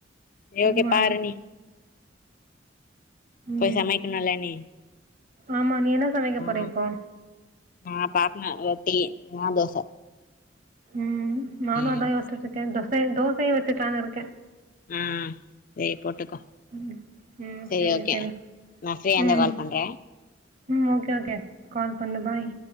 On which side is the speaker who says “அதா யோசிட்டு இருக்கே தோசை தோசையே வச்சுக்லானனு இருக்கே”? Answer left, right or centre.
Right